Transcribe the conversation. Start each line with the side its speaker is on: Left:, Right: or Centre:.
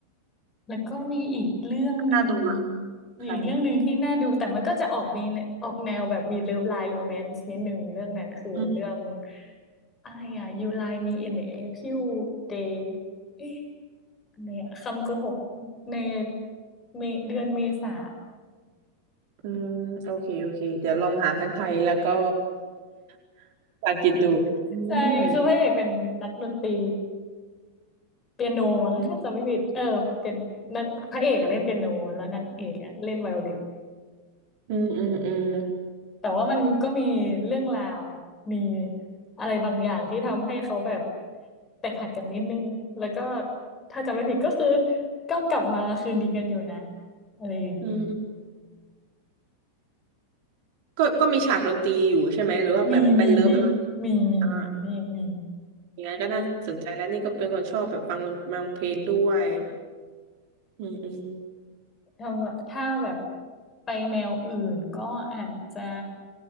Left: แล้วก็มีอีกเรื่องหนึ่ง
Right: น่าดูอ่ะ
Left: มีอีกเรื่องหนึ่งที่น่าดูแต่มันก็จะออกมีออกแนวแบบมีเลิฟไลน์โรแมนซ์นิดหนึ่งเรื่องนั้นคือเรื่อง
Right: ค่ะ อืม
Left: อะไรอ่ะ You Lie Me in the April Day เอ๊ะอะไรอะคำโกหกในเมเดือนเมษา
Right: อืมโอเค โอเค เดี๋ยวลองหาทั้งไทยแล้วก็ <laughs> ภาษาอังกฤษดูอืม
Left: ใช่คือพระเอกเป็นนักดนตรีเปียโนมั้งถ้าจำไม่ผิดเออเป็นนักพระเอกอะเล่นเปียโนแล้วนางเอกอะเล่นไวโอลิน
Right: อืมอืมอืมอืม
Left: แต่ว่ามันก็มีเรื่องราวมีอะไรบางอย่างที่ทำให้เขาแบบแตกหักกันนิดนึงแล้วก็ถ้าจำไม่ผิดก็คือก็กลับมาคืนดีกันอยู่นะอะไรอย่างนี้
Right: อืมก็ก็มีฉากดนตรีอยู่ใช่ไหม หรือว่าแบบเป็นเลิฟ
Left: มีมีพี่มีมีมีมี
Right: อ่าอย่างนั้นก็น่าสนใจแล้วนี่ก็เป็นคนชอบแบบฟังดนฟังเพลงด้วยอืมอืม
Left: ถ้าถ้าแบบไปแนวอื่นก็อาจจะ